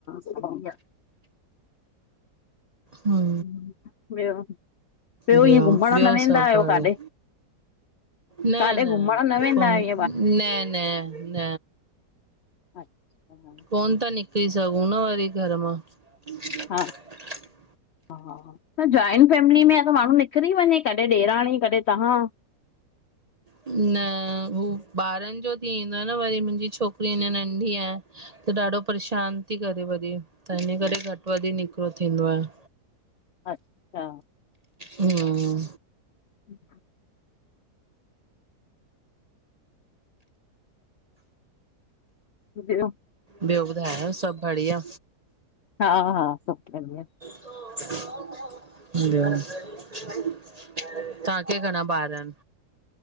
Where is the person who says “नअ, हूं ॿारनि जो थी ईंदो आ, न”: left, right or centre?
Right